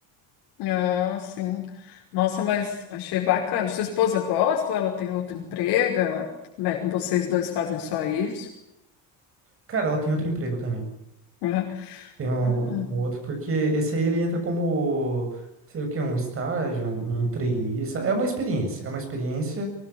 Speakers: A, on the left; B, on the right.
A: Ah, sim. Nossa, mas achei bacana. Sua esposa gosta ou ela tem outro emprego? Ela- me- Vocês dois fazem só isso?
B: Cara, ela tem outro emprego também.
A: Uhum.
B: Tem um,
A: Ah,
B: um outro, porque esse aí ele entra como, sei lá o que, um estágio, um, um trainee. sa- É uma experiência, é uma experiência